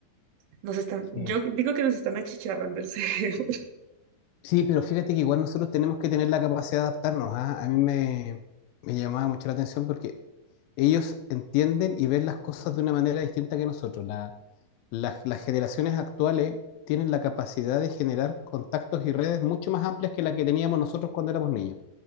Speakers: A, on the right; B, on the left.
A: nos están, yo
B: Sí,
A: digo que nos están achicharrando el cerebro. <laughs>
B: Sí, pero fíjate que igual nosotros tenemos que tener la capacidad de adaptarnos, ¿ah? A mí me, me llamaba mucho la atención porque ellos entienden y ven las cosas de una manera distinta que nosotros. La- las, las generaciones actuales tienen la capacidad de generar contactos y redes mucho más amplias que la que teníamos nosotros cuando éramos niños.